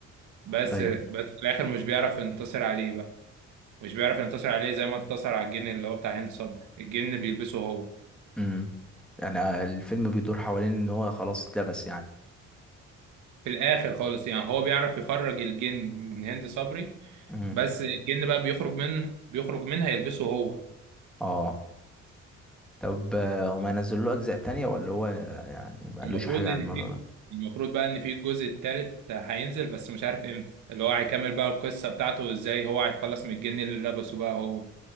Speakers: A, on the right; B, in the centre.
A: بس
B: ايوه
A: بس في الآخر مش بيعرف ينتصر عليه بقى مش بيعرف ينتصر عليه زي ما انتصر على الجن اللي هو بتاع هند صبري الجن بيلبسه هو
B: امم يعني الفيلم بيدور حوالين ان هو خلاص اتلبس يعني
A: في الآخر خالص يعني هو بيعرف يخرج الجن من هند صبري
B: امم
A: بس الجن بقى بيخرج من بيخرج منها يلبسه هو
B: اه طب آه، هما ينزلوا له اجزاء تانية ولا هو آه، يعني ما قالوش
A: المفروض
B: حاجه
A: إن
B: على الموضوع
A: في
B: ده
A: المفروض بقى ان في الجزء التالت هينزل بس مش عارف امتى اللي هو هيكمل بقى القصة بتاعته وازاي هو هيتخلص من الجن اللي لبسه بقى هو